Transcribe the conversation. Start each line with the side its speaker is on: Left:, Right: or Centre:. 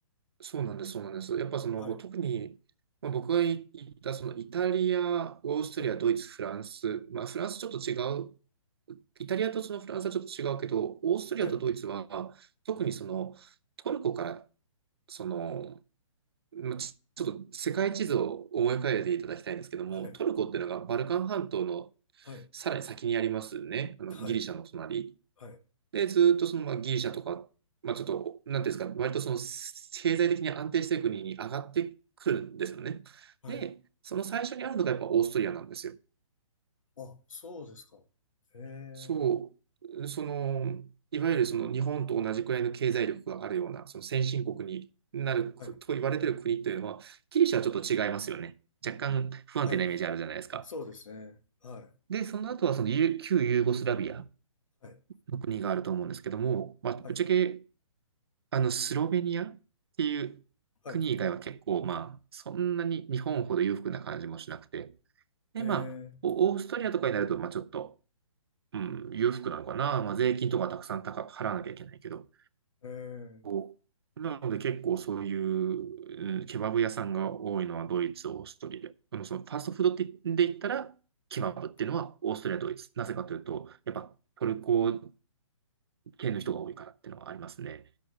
Right: そうなんです、そうなんです。やっぱその、
Left: はい、
Right: 特に、まあ、僕が行った、その、イタリア、オーストリア、
Left: はい、
Right: ドイツ、フランス、まあ、フランスちょっと違うイタリアとそのフランスはちょっと違うけど、オーストリアとドイツは、
Left: はい、
Right: 特にそのトルコから、その、まあちちょっと世界地図を思い浮かべていただきたいんですけども、
Left: はい、
Right: トルコっていうのがバルカン半島の
Left: はい、
Right: さらに先にありますね。あのギリシャの隣。
Left: はい、はい、
Right: で、ずっとその、まあ、ギリシャとか、まあ、ちょっと、なんていうんですか、割とその経済的に安定している国に上がってくるんですよね。
Left: はい。
Right: で、その最初にあるのがやっぱオーストリアなんですよ。
Left: あ、そうですか。へえ、
Right: そう、その、いわゆるその日本と同じくらいの経済力があるような、その先進国になるくと言われてる国というのは、
Left: はい、
Right: ギリシャはちょっと違いますよね。若干不安定なイメージあるじゃないですか。
Left: はい、そうですね。はい、
Right: で、その後はそのユ旧ユーゴスラビア
Left: はい、
Right: の国があると思うんですけども、まあ、ぶっちゃけ、
Left: はい、
Right: あの、スロベニアっていう国以外は結構、
Left: はい。
Right: まあ、そんなに日本ほど裕福な感じもしなくて。で、
Left: ええ、
Right: まあ、オオーストリアとかになると、まあ、ちょっと、うん、裕福なのかな。まあ、税金とかたくさん高払わなきゃいけないけど。
Left: え
Right: こうなので結構そういう、
Left: え、
Right: うん、ケバブ屋さんが多いのはドイツ、オーストリア。でもそのファーストフードってで言ったら、ケバブっていうのはオーストリア、
Left: はい。
Right: ドイツ。なぜかというと、やっぱトルコ系の人が多いからっていうのはありますね。